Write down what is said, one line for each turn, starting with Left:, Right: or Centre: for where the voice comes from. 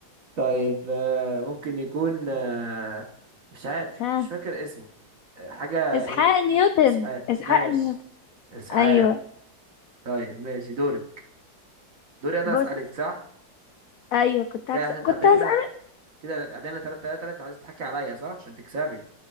Right: طيب آه... ممكن يكون آه... مش عارف
Left: ها
Right: مش فاكر اسمه آه، حاجة
Left: اسحاق
Right: ايه
Left: نيوتن
Right: اسحاق
Left: اسحاق
Right: ماشي
Left: نيوتن
Right: اسحاق
Left: ايوه
Right: طيب ماشي دوري دوري انا
Left: بص
Right: اسألك صح
Left: ايوه كنت
Right: كده
Left: هكس...
Right: احنا تعادلنا
Left: كنت هسألك
Right: كده تعادلنا 3 3 انت عايز تحكي عليا صح عشان تكسبي